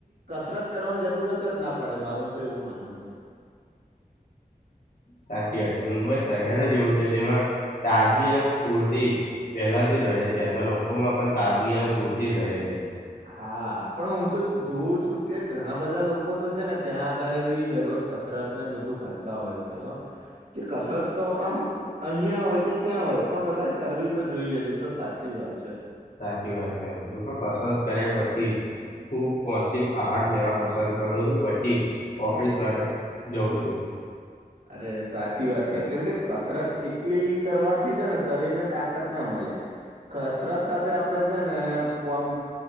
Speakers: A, on the right; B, on the left.
A: કસરત કરવાની જરૂરત જ ના પડે માર તો એવું માનવું છે <inaudible>
B: સાચી વાત છે મુંબઈ શહેર જ એવું છે જેમાં તાજગી અને ફૂરતી પહેલાથી રહે છે અને લોકોમાં પણ તાજગી અને ફૂરતી રહે છે
A: હા પણ હું તો જોઉં છું કે ઘણા બધા લોકો તો છે ને ત્યાં આગળ બી દરરોજ કસર ર ને બધું કરતા હોય છે કે કસરત તો આમ અહિયાં હોય કે ત્યાં હોય પણ બધા કરવી તો જોઈએ જ એ તો સાચી વાત છે
B: સાચી વાત છે હું તો કસરત કર્યા પછી ખુબ પૌષ્ટિક આહાર લેવા પસંદ કરું છું પછી ઓફિસ માટે જઉં છું
A: અરે સાચી વાત છે કેમ કે કસરત એલી કરવાથી છે ને શરીર ને તાકત ના મળે કસરત સાથે આપડે છેને પન